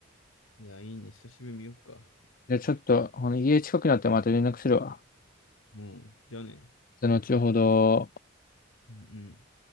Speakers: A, on the left; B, on the left.
A: ん。いや、いいね。久しぶりに見よっか。
B: じゃあちょっと、この家近くなったらまた連絡するわ。
A: もう、じゃあね。
B: その後ほど。
A: うんうん。